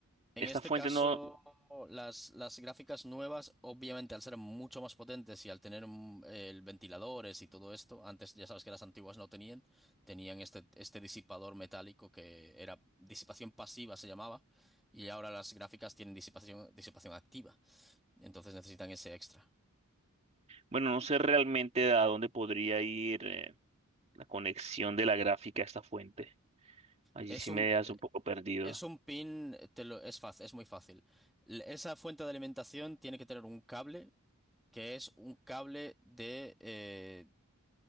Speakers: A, in the centre; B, on the right.
A: En
B: esta
A: este
B: fuente
A: caso,
B: no,
A: las, las gráficas nuevas, obviamente, al ser mucho más potentes y al tener mm, el ventiladores y todo esto, antes ya sabes que las antiguas no tenían, tenían este, este disipador metálico que era disipación pasiva, se llamaba, y ahora las gráficas tienen disipación, disipación activa. Entonces necesitan ese extra.
B: bueno, no sé realmente a dónde podría ir eh, la conexión de la gráfica a esta fuente. Allí
A: Es
B: sí
A: un,
B: me dejas un poco perdido.
A: es un pin, te lo- es fácil, es muy fácil. L- Esa fuente de alimentación tiene que tener un cable, que es un cable de... eh,